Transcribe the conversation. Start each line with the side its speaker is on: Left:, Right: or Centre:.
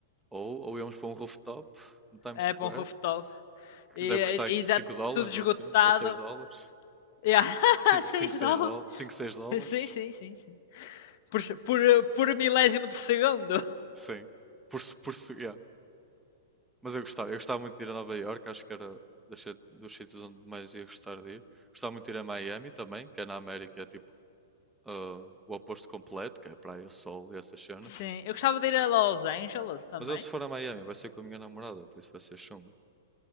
Centre: Ou, ou íamos para um rooftop no Times
Left: É
Centre: Square
Left: para um rooftop. E,
Centre: que deve
Left: e,
Centre: custar 5
Left: e dá
Centre: dólares
Left: tudo esgotado.
Centre: ou assim, ou 6 dólares.
Left: Yeah. <laughs> 6
Centre: cinco seis
Left: dólares.
Centre: dólares. 5, 6 dólares.
Left: Sim, sim, sim, sim. Por, por, por milésimo de segundo.
Centre: Sim. Por, se- por, se- yeah. Mas eu gostava, eu gostava muito de ir a Nova Iorque, acho que era das sit- dos sítios onde mais ia gostar de ir. Gostava muito de ir a Miami também, que é na América, é tipo ah, o oposto completo, que é praia, sol e essas cenas.
Left: Sim. Eu gostava de ir a Los Angeles também.
Centre: Mas eu se for a Miami vai ser com a minha namorada, por isso vai ser chunga.